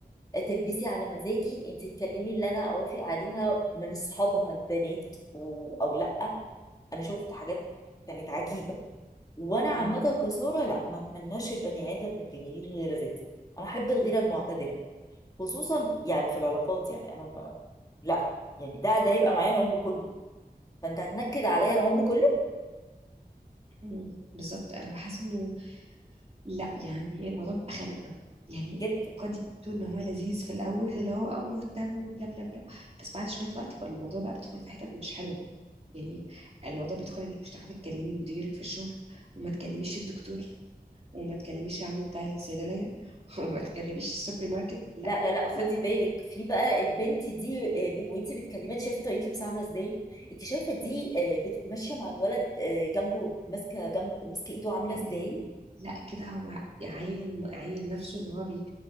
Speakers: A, on the left; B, on the right.
A: تلبسي على مزاجي أنت تكلمي اللي أنا أوافق عليها من أصحابها البنات و- أو لأ انا شفت حاجات كانت عجيبه وانا عامه
B: م-
A: كساره لا ما اتمناش البني ادم من اللي يغير غيره ذاتي انا احب الغيره المعتدله خصوصا يعني في العلاقات يعني انا ما... لا يعني ده ده هيبقى معايا العمر كله فانت هتنكد عليا العمر كله
B: م- بالظبط انا بحس انه لا يعني الموضوع بيبقى خنقة يعني
A: جدا
B: قد يبدو ان هو لذيذ في الاول اللي هو اه مهتم وبلا بلا بلا بس بعد شوية وقت بقى الموضوع بقى بيدخل في حتت مش حلوة يعني الموضوع بيدخل انك مش هتعرفي تكلمي مديرك في الشغل وما تكلميش الدكتور وما تكلميش عمو بتاع الصيدلية <laughs> وما تكلميش السوبر ماركت لا
A: لا لا لا خدي
B: لا
A: بالك في بقى البنت دي آه، ب- وانت بتكلميها أنت شايفه طريقه لبسها عامله ازاي انت شايفه دي آه، بت- ماشيه مع الولد آه، جنبه ماسكه جنب ماسكه ايده عامله
B: آه،
A: ازاي
B: لا كده هو يعين يعين نفسه ان هو بي